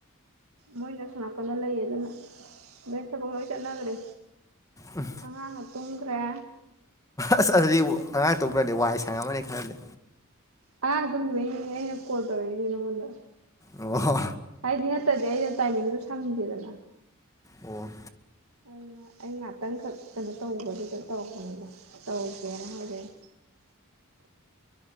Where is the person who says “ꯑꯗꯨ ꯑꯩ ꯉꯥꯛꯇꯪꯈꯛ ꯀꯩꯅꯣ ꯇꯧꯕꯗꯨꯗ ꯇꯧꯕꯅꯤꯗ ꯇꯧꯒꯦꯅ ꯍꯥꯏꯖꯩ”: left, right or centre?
Right